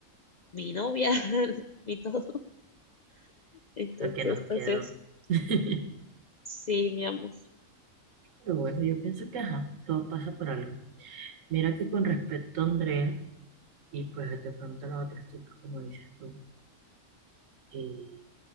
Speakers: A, on the left; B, on the right.
A: mi novia, <laughs> mi todo. Entonces,
B: lo que nos
A: pues
B: quedó.
A: es,
B: <laughs>
A: sí, mi amor.
B: Pero bueno, yo pienso que ajá, todo pasa por algo. Mira que con respecto a Andrea, y pues de pronto a las otras chicas, como dices tú, y